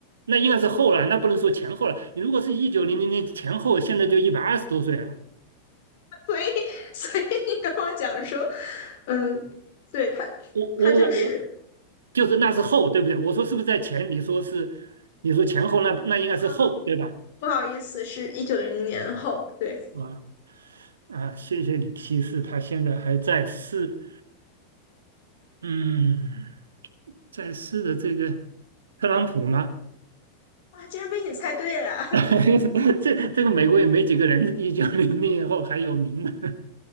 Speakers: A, on the right; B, on the left.
A: 那应该是后了，那不能说前后了。你如果是一九零零年前后，现在就一百二十多岁了。
B: <laughs> 所以所以你跟我讲说，嗯，对他
A: 我我我我，
B: 他就是
A: 就是那是后，对不对？我说是不是在前？你说是，你说前后，那那应该是后，
B: 啊，
A: 对吧？
B: 不好意思，是一九零零年后。对，
A: 啊啊，谢谢你提示，他现在还在世，嗯，在世的这个特朗普吗？
B: 哇，竟然被你猜对了。<laughs>
A: <laughs> 这这个美国也没几个人一九零零以后还有名呢。